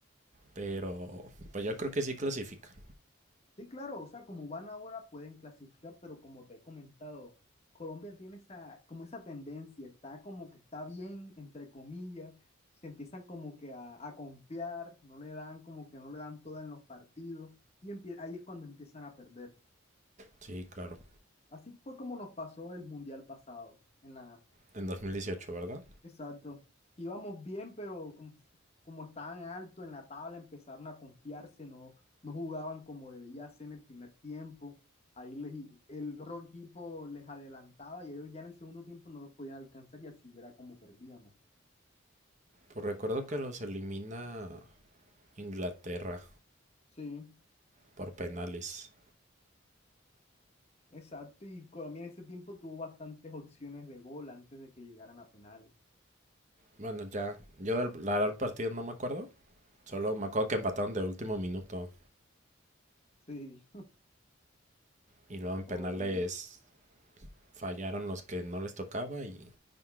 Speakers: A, on the right; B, on the left.
A: Pero pues yo creo que sí clasifican.
B: Sí, claro, o sea, como van ahora pueden clasificar, pero como te he comentado, Colombia tiene esa, como esa tendencia, está como que está bien, entre comillas, se empiezan como que a, a confiar, no le dan como que no le dan toda en los partidos, y empie- ahí es cuando empiezan a perder.
A: Sí, claro.
B: Así fue como nos pasó el mundial pasado, en la,
A: En dos mil dieciocho ¿verdad?
B: Exacto. Íbamos bien, pero como, como estaban alto en la tabla, empezaron a confiarse, no, no jugaban como debía ser en el primer tiempo. Ahí les, el otro equipo les adelantaba y ellos ya en el segundo tiempo no los podían alcanzar y así era como perdíamos.
A: Pues recuerdo que los elimina Inglaterra.
B: Sí,
A: por penales.
B: exacto. Y Colombia en ese tiempo tuvo bastantes opciones de gol antes de que llegaran a penales.
A: Bueno, ya. Yo del, la verdad, el partido no me acuerdo. Solo me acuerdo que empataron de último minuto.
B: Sí,
A: Y
B: <laughs>
A: luego en penales
B: hombre.
A: fallaron los que no les tocaba y